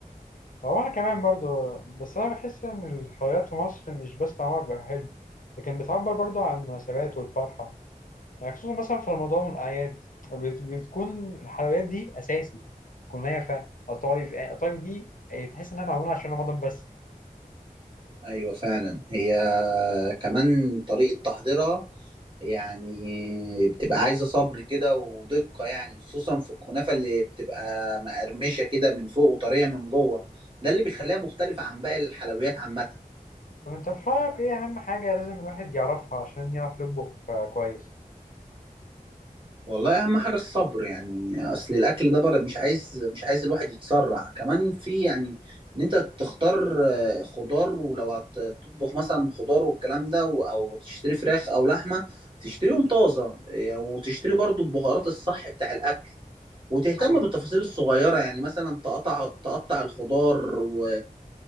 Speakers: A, on the left; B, on the right.
A: هو أنا كمان برضو بس أنا بحس إن الحلويات في مصر مش بس طعمها بيبقى حلو لكن بتعبر برضو عن المناسبات والفرحة يعني خصوصا مثلا في رمضان والأعياد بت- بتكون الحلويات دي أساسي كنافة قطايف يعني قطايف دي يعني تحس إنها معمولة عشان رمضان بس
B: ايوه فعلا هي كمان طريقه تحضيرها يعني بتبقى عايزة صبر كده ودقة يعني خصوصا في الكنافة اللي بتبقى مقرمشة كده من فوق وطرية من جوه ده اللي بيخليها مختلفة عن باقي الحلويات عامة
A: طب أنت في رأيك إيه أهم حاجة لازم الواحد يعرفها عشان يعرف يطبخ آه، كويس؟
B: والله أهم حاجة الصبر يعني أصل الأكل ده بره مش عايز مش عايز الواحد يتسرع كمان في يعني إن أنت تختار آه، خضار ولو هتطبخ مثلا خضار والكلام ده و- أو تشتري فراخ أو لحمة تشتريهم طازة آه، وتشتري برضو البهارات الصح بتاع الأكل وتهتم
A: وال-
B: بالتفاصيل الصغيرة يعني مثلا تقطع تقطع الخضار و...